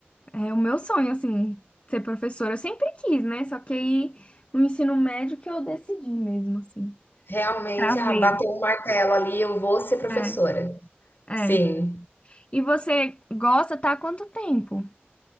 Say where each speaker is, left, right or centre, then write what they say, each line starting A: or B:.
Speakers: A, on the left (about 35°); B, on the left (about 65°).
A: É o meu sonho, assim, ser professora. Eu sempre quis, né? Só que aí no ensino médio que eu decidi mesmo, assim.
B: Realmente,
A: Travei.
B: ah, bateu um martelo ali, eu vou ser professora.
A: É, é.
B: Sim.
A: E você gosta, tá há quanto tempo?